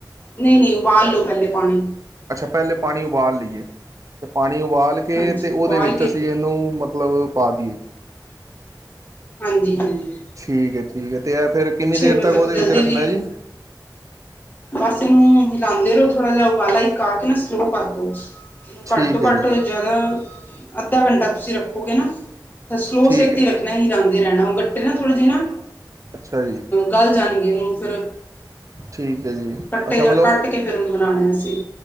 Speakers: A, on the left (about 25°); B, on the right (about 45°).
A: ਨਹੀਂ ਨਹੀਂ ਉਬਾਲ ਲੋ ਪਹਿਲੇ ਪਾਣੀ।
B: ਅੱਛਾ ਪਹਿਲੇ ਪਾਣੀ ਉਬਾਲ ਲਈ ਏ, ਫੇਰ ਪਾਣੀ ਉਬਾਲ ਕੇ,
A: ਹਾਂਜੀ
B: ਤੇ ਉਹਦੇ
A: ਉਬਾਲ
B: ਵਿੱਚ
A: ਕੇ
B: ਅਸੀਂ ਇਹਨੂੰ, ਮਤਲਬ ਮਤਲਬ ਉਹ ਪਾ ਦੀਏ।
A: ਹਾਂਜੀ- ਹਾਂਜੀ।
B: ਠੀਕ ਐ-ਠੀਕ ਐ, ਤੇ ਇਹ ਫਿਰ ਕਿੰਨੀ ਦੇਰ
A: ਮਤਲਬ
B: ਤੱਕ ਉਹਦੇ
A: ਜਲਦੀ
B: ਵਿੱਚ ਰੱਖਣਾ
A: ਵੀ
B: ਜੀ।
A: ਬਸ ਇਹਨੂੰ ਹਿਲਾਂਦੇ ਰਹੋ, ਥੋੜਾ ਜਿਹਾ ਉਬਾਲਾ ਇੱਕ ਆ ਕੇ ਨਾ, ਸਲੋਅ ਕਰ ਦੋ।
B: ਠੀਕ
A: ਘੱਟ ਤੋਂ
B: ਹੈ
A: ਘੱਟ
B: ਜੀ
A: ਜਿਆਦਾ, ਅੱਧਾ ਘੰਟਾ ਤੁਸੀਂ ਰੱਖੋਗੇ ਨਾ। ਸਲੋਅ
B: ਠੀਕ
A: ਸੇਕ
B: ਹੈ।
A: ਤੇ ਰੱਖਣਾ, ਹਿਲਾਂਦੇ ਰਹਿਣਾ, ਉਹ ਗੱਟੇ ਨਾ ਥੋੜੇ ਜੇ ਨਾ
B: ਅੱਛਾ ਜੀ।
A: ਗਲ਼ ਜਾਣਗੇ ਹੁਣ ਫਿਰ।
B: ਠੀਕ ਐ ਜੀ।
A: ਕੱਟੇ
B: ਅੱਛਾ
A: ਜਾਣ,
B: ਮਤਲਬ
A: ਕੱਟ ਕੇ ਫਿਰ ਉਹਨੂੰ ਬਣਾਣਾ ਅਸੀਂ।